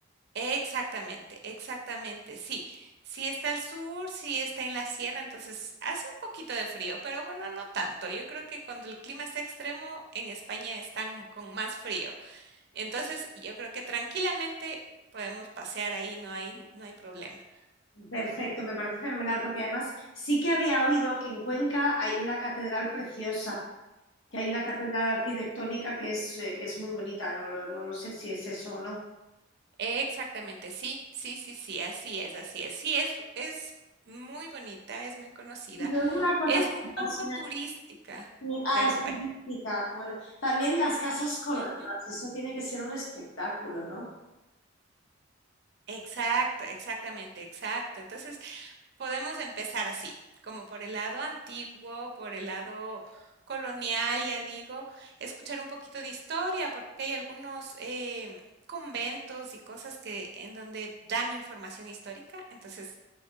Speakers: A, on the right; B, on the left.
A: Exactamente, exactamente, sí. Sí está al sur, sí está en la sierra, entonces hace un poquito de frío, pero bueno, no tanto. Yo creo que cuando el clima está extremo, en España están con más frío. Entonces, yo creo que tranquilamente podemos pasear ahí, no hay, no hay problema.
B: Perfecto, me parece fenomenal, porque además sí que había oído que en Cuenca hay una catedral preciosa, que hay una catedral arquitectónica que es, eh, que es muy bonita, no lo, no lo sé si es eso o no.
A: Exactamente, sí, sí, sí, sí, así es, así es. Sí, es, es muy bonita, es muy conocida,
B: Y luego una cosa
A: es
B: que
A: un
B: me apasiona,
A: poco turística,
B: eh, ah,
A: pero
B: es turística,
A: bueno.
B: bueno, también las casas colgadas,
A: ujú,
B: eso tiene que ser un espectáculo, ¿no?
A: Exacto, exactamente, exacto. Entonces, podemos empezar así, como por el lado antiguo, por el lado colonial, ya digo, escuchar un poquito de historia, porque hay algunos em, conventos y cosas que en donde dan información histórica, entonces